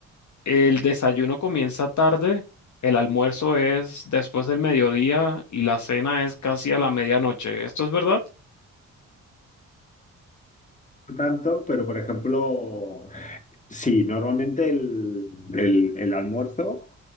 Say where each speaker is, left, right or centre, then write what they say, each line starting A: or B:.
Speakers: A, on the left; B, on the left.
A: el desayuno comienza tarde, el almuerzo es después del mediodía y la cena es casi a la medianoche. ¿Esto es verdad?
B: No tanto, pero por ejemplo, sí, normalmente el, el- el almuerzo